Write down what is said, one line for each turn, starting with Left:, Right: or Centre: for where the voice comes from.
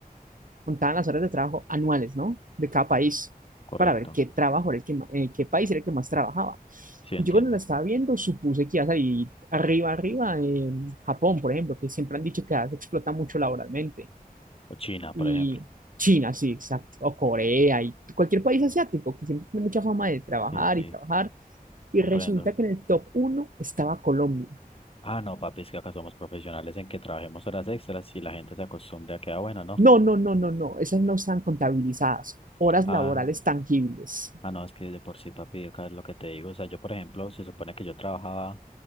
Right: contaban las horas de trabajo anuales, ¿no? De cada país,
Left: correcto.
Right: para ver qué trabajo era el que, ma- eh, qué país era el que más trabajaba.
Left: Sí, entiendo.
Right: Y yo cuando la estaba viendo supuse que iba a salir arriba, arriba, en Japón, por ejemplo, que siempre han dicho que se explota mucho laboralmente.
Left: O China, por
Right: Y
Left: ejemplo.
Right: China, sí, exacto, o Corea, y cualquier país asiático que siempre tiene mucha fama de trabajar
Left: Sí, sí,
Right: y trabajar. Y
Left: comprendo.
Right: resulta que en el top uno estaba Colombia.
Left: Ah, no, papi, es que acá somos profesionales en que trabajemos horas extras y la gente se acostumbra a que, ah, bueno, no.
Right: No, no, no, no, no. Esas no están contabilizadas. Horas
Left: Ah,
Right: laborales tangibles.
Left: ah, no, es que de por sí, papi, acá es lo que te digo. O sea, yo, por ejemplo, se supone que yo trabajaba